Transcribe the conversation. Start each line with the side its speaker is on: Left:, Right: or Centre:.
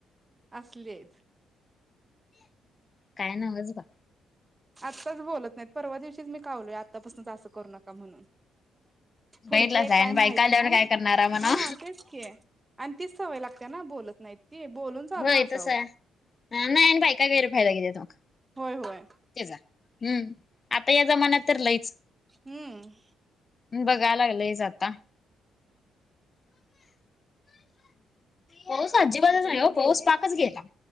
Right: असली आहेत
Left: काय नामज बा.
Right: आत्ताच बोलत नाहीत. परवा दिवशीच मी कावलोय आत्तापासूनच असं करू नका म्हणून. पुढचं
Left: बघितलाच
Right: एक
Left: आहे
Right: काय
Left: आणि बायका
Right: माहित
Left: आल्यावर
Right: नाही.
Left: काय करणार म्हणा
Right: हा, तेच की. आणि तीच सवय लागते ना बोलत नाहीत. ती बोलून चालून
Left: होय
Right: असावं
Left: तसं आहे नाही आणि बायका गैरफायदा घेत तोग.
Right: होय होय.
Left: त्याचा हम्म आता या जमान्यात तर लईच
Right: हम्म.
Left: बघाय लागलं हेच आता. पाऊस अजिबातच नाही हो पऊस पाकच घेता.